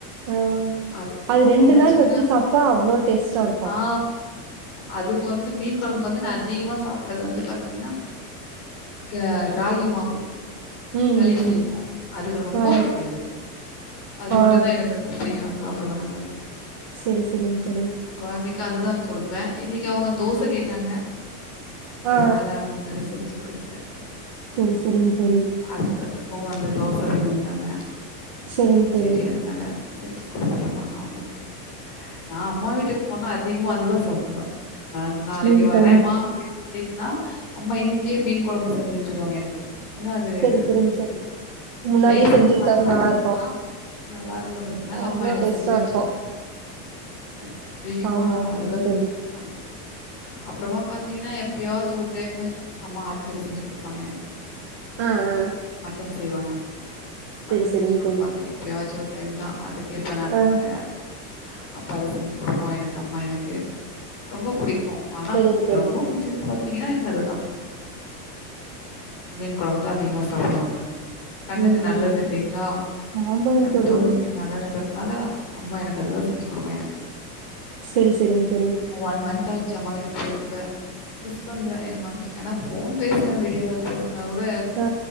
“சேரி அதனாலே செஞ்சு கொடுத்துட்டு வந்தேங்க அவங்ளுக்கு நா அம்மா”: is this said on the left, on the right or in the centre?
Left